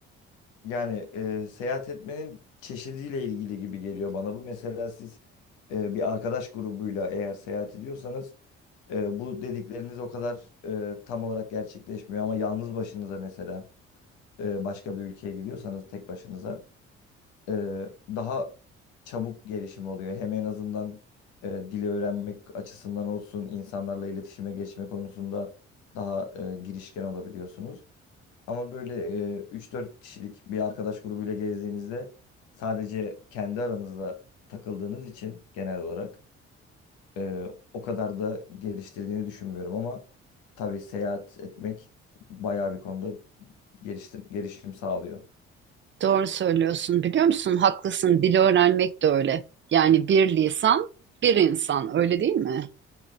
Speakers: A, on the left (about 80°); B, on the right (about 40°).
A: Yani e, seyahat etmenin çeşidiyle ilgili gibi geliyor bana bu. Mesela siz e, bir arkadaş grubuyla eğer seyahat ediyorsanız e, bu dedikleriniz o kadar e, tam olarak gerçekleşmiyor ama yalnız başınıza mesela e, başka bir ülkeye gidiyorsanız tek başınıza e, daha çabuk gelişim oluyor. Hem en azından e, dili öğrenmek açısından olsun, insanlarla iletişime geçme konusunda daha e, girişken olabiliyorsunuz. Ama böyle e, 3-4 kişilik bir arkadaş grubuyla gezdiğinizde sadece kendi aranızda takıldığınız için genel olarak e, o kadar da geliştirdiğini düşünmüyorum ama tabii seyahat etmek bayağı bir konuda geliştir gelişim sağlıyor.
B: Doğru söylüyorsun. Biliyor musun? Haklısın. Dili öğrenmek de öyle. Yani bir lisan, bir insan. Öyle değil mi?